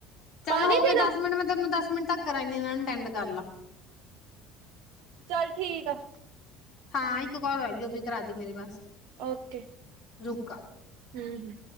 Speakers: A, on the left; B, on the right.
A: ਚੱਲ
B: ਪਾਣੀ
A: ਹੋ ਗਏ
B: ਪੀਣਾ
A: ਦਸ ਮਿੰਟ ਮੈਂ ਤੈਨੂੰ ਦਸ ਮਿੰਟ ਤੱਕ ਕਰਾਦੀ ਇਹਨਾਂ ਨੂੰ ਅਟੈਂਡ ਕਰ ਲਾ।
B: ਚਲ ਠੀਕ ਆ।
A: ਹਾਂ ਇੱਕ ਕਾਲ ਹੈਗੀ ਉਹ ਵੀ ਕਰਾ ਦੀ ਮੇਰੀ ਬਸ
B: ਓਕੇ
A: ਰੁਕ
B: ਹ ਹ।